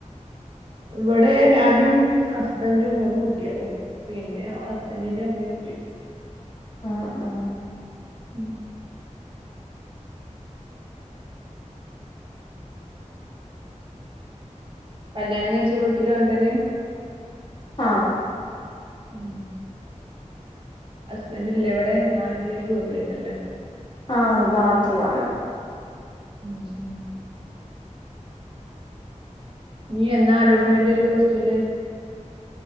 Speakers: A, on the right (about 45°); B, on the left (about 35°).
A: ഇവിടെ ഞാനും ഹസ്ബന്റും മൂന്ന് കുട്ടിയാളും പിന്നെ ഹസ്ബന്റിന്റെ ഇമ്മയും
B: ആ ആ
A: ഉം കല്യാണം കഴിച്ച വീട്ടിലും അങ്ങനെത്തന്നെ.
B: ആ
A: ഉം ഹസ്ബന്റ് ഇല്ലേ ഇവിടെ നാട്ടില് ജോലിയൊക്കെല്ലേ
B: ആ നാട്ടിലാണ്.
A: ഉം ഉം ഇനി എന്നാ അലോട്ട്മെന്റ് പ്ലസ് ടൂന്റെ?